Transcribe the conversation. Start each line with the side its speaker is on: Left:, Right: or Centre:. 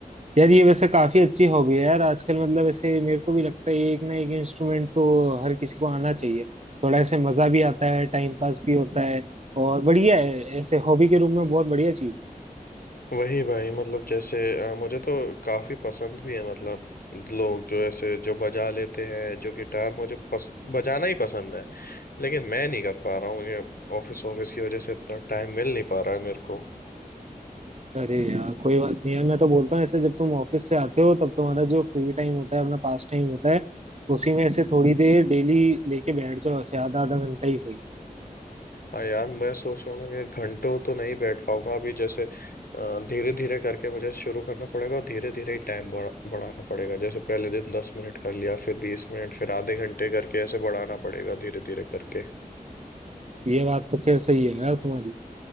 Right: यार ये वैसे काफी अच्छी हॉबी है यार आजकल मतलब ऐसे मेरे को भी लगता है एक ना एक इंस्ट्रूमेंट तो हर किसी को आना चाहिए थोड़ा ऐसे मजा भी आता है टाइम पास भी होता है और बढ़िया है ऐसे हॉबी के रूप में बहुत बढ़िया चीज
Left: वही भाई मतलब जैसे अ, मुझे तो काफी पसंद भी है मतलब लोग जो ऐसे जो बजा लेते हैं जो गिटार मुझे पस, बजाना ही पसंद है लेकिन मैं नहीं कर पा रहा हूँ ये ऑफिस ऑफिस की वजह से इतना टाइम मिल नहीं पा रहा है मेरे को
Right: अरे यार कोई बात नहीं है मैं तो बोलता हूँ ऐसे जब तुम ऑफिस से आते हो तब तुम्हारा जो फ्री टाइम होता है अपना पास टाइम होता है उसी में ऐसे थोड़ी देर डेली लेके बैठ जाओ ऐसे आधा आधा घंटा ही सही
Left: हाँ यार मैं सोच रहा हूँ ना कि घंटों तो नहीं बैठ पाऊंगा अभी जैसे धीरे धीरे करके मुझे शुरू करना पड़ेगा और धीरे धीरे ही टाइम बढ़ा बढ़ाना पड़ेगा जैसे पहले दिन दस मिनट कर लिया फिर बीस मिनट फिर आधे घंटे करके ऐसे बढ़ाना पड़ेगा धीरे धीरे करके
Right: ये बात तो खैर सही है यार तुम्हारी